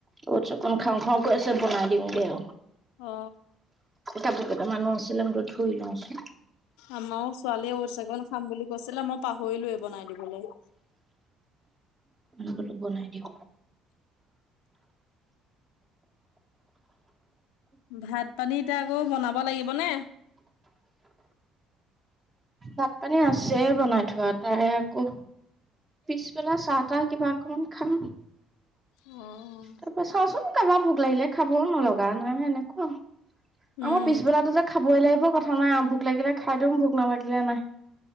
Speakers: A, on the right (about 30°); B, on the left (about 80°).
A: <inaudible> খাওঁ খাওঁ কৈ আছে বনাই দিওঁগে আও।
B: অ।
A: কাপোৰ কেইটামানো আছিলে মই ধুই লওঁ চোন।
B: আমাৰো ছোৱালীয়ে অৰ্ছঅকণ খাম বুলি কৈছিলে মই পাহৰিলোৱে বনাই দিবলৈ।
A: মই বোলো বনাই দিওঁ।
B: ভাত পানী এতিয়া আকৌ বনাব লাগিব নে?
A: ভাত পানী আছে বনাই থোৱা তাই আকৌ পিছবেলা চাহ তাহ কিবা অকমান খাম।
B: অঁ।
A: তাৰ পৰা চাওঁচোন কাৰোবাৰ ভোক লাগিলে খাব নলগা নাই সেনেকুৱা।
B: উম
A: আমাৰ পিছবেলাটো যে খাবই লাগিব কথা নাই আৰু ভোক লাগিলে খাই দিওঁ ভোক নালাগিলে নাই।